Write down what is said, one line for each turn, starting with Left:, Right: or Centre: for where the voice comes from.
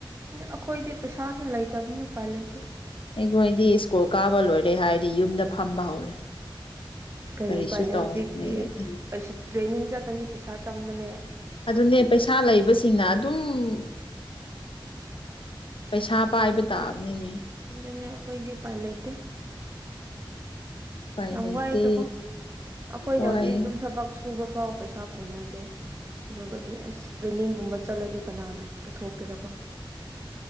Right: ꯑꯩꯈꯣꯏꯗꯤ ꯄꯩꯁꯥꯁꯨ ꯂꯩꯇꯕꯅꯤ ꯎꯄꯥꯏ ꯂꯩꯇꯦ
Left: ꯑꯩꯈꯣꯏꯗꯤ ꯁ꯭ꯀꯨꯜ ꯀꯥꯕ ꯂꯣꯏꯔꯦ ꯍꯥꯏꯔꯗꯤ ꯌꯨꯝꯗ ꯐꯝꯕ ꯍꯧꯔꯦ
Right: ꯀꯔꯤ
Left: ꯀꯔꯤꯁꯨ
Right: ꯄꯥꯏꯂꯩ
Left: ꯇꯧꯅꯤꯡꯉꯥꯏ
Right: ꯍꯧꯖꯤꯛꯇꯤ
Left: ꯂꯩꯇꯦ
Right: ꯀꯩꯁꯨ ꯇ꯭ꯔꯦꯅꯤꯡ ꯆꯠꯀꯅꯤ ꯄꯩꯁꯥ ꯆꯪꯕꯅꯦ
Left: ꯑꯗꯨꯅꯦ ꯄꯩꯁꯥ ꯂꯩꯕꯁꯤꯡꯅ ꯑꯗꯨꯝ ꯄꯩꯁꯥ ꯄꯥꯏꯕꯇꯥꯕꯅꯤꯅꯦ
Right: ꯑꯗꯨꯅ ꯑꯩꯈꯣꯏꯗꯤ ꯎꯄꯜ ꯂꯩꯇꯦ
Left: ꯎꯄꯥꯏ
Right: ꯌꯥꯝ
Left: ꯂꯩꯇꯦ
Right: ꯋꯥꯏꯗꯀꯣ ꯑꯩꯈꯣꯏꯅ
Left: ꯍꯣꯏ
Right: ꯍꯧꯖꯤꯛ ꯑꯗꯨꯝ ꯊꯕꯛ ꯁꯨꯕ ꯐꯥꯎ ꯄꯩꯁꯥ ꯀꯣꯟꯅꯗꯦ ꯑꯗꯨꯒꯗꯤ ꯑꯁ ꯇ꯭ꯔꯦꯅꯤꯡꯒꯨꯝꯕ ꯆꯠꯂꯅꯤ ꯀꯅꯥꯅ ꯄꯨꯊꯣꯛꯀꯦꯔꯀꯣ